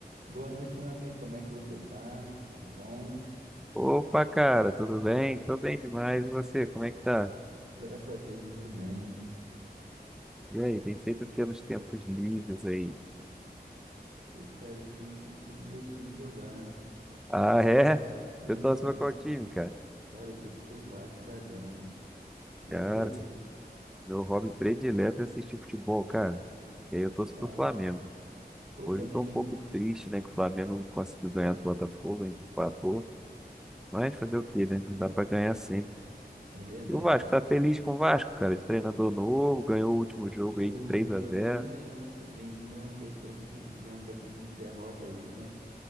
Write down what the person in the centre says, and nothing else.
Opa, cara, tudo bem? Tô bem demais. E você, como é que tá?
E aí, tem feito o que nos tempos livres aí?
Ah, <laughs> é?
Eu torço pra qual time, cara?
Cara, meu hobby predileto é assistir futebol, cara. E aí eu torço
pro Flamengo.
Hoje
eu tô um pouco
triste, né, que o Flamengo não conseguiu ganhar do Botafogo, ainda empatou. Mas fazer o quê, né? Não dá pra ganhar sempre.
E o Vasco, tá feliz com o Vasco, cara? De treinador
novo, ganhou o último jogo
aí de
3 a
zero.